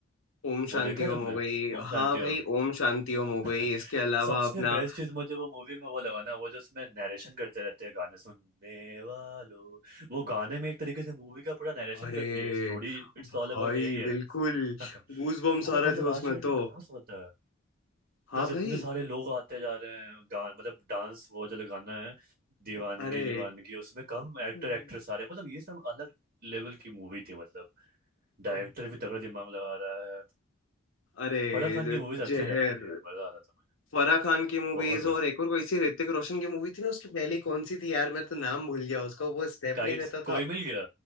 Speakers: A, on the left (about 80°); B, on the right (about 50°).
A: ओम
B: वो
A: शांति
B: देखा है तुमने
A: ओम हो गई
B: ओम
A: हाँ
B: शांति
A: भाई
B: ओम
A: ओम शांति ओम हो
B: <laughs>
A: गई इसके अलावा
B: सबसे
A: अपना
B: बेस्ट चीज मुझे वो मूवी में वो लगा ना वो जो उसमें नरेशन करते रहते हैं गाने सुनने वालों वो गाने में एक तरीके से मूवी का पूरा
A: अरे
B: नरेशन कर दिया स्टोरी इट्स
A: भाई
B: ऑल अबाउट यही है
A: बिल्कुल
B: <laughs>
A: गूज बम्स
B: वो
A: आ रहे
B: मतलब
A: थे
B: आज
A: उसमें
B: के डेट
A: तो
B: में कहाँ से होता है
A: हाँ
B: प्लस
A: भाई
B: इतने सारे लोग आते जा रहे हैं गान मतलब डांस वो जो गाना है दीवानगी
A: अरे
B: दीवानगी उसमें कम एक्टर
A: हम्म।
B: एक्ट्रेस आ रहे हैं मतलब ये सब अलग लेवल की मूवी थी मतलब
A: अब-
B: डायरेक्टर भी तगड़ा दिमाग लगा रहा है
A: अरे
B: फराह खान
A: ज-
B: की मूवीज अच्छी
A: जहर
B: रहती थी यार मजा आता था
A: फराह खान की मूवीज
B: बहुत बढ़िया
A: और एक और कोई सी ऋतिक रोशन की मूवी थी ना उसकी पहली कौन सी थी यार मैं तो नाम भूल गया उसका वो स्टेप
B: काइट्स
A: नहीं रहता
B: कोई मिल गया